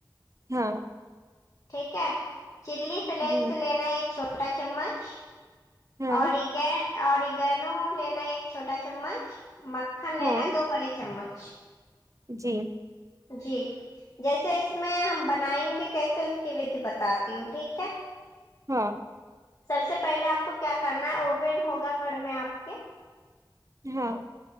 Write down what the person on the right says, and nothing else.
ہاں
جی
ہاں
ہاں
جی
ہاں
ہاں